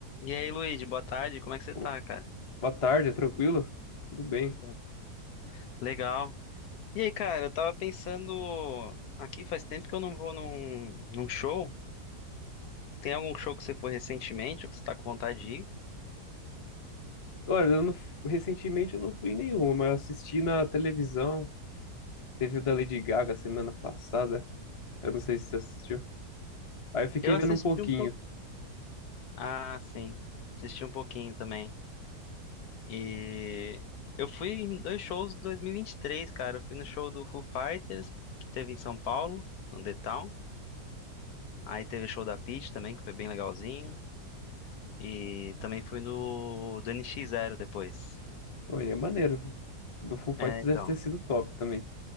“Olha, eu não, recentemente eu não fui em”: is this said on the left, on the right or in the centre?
Left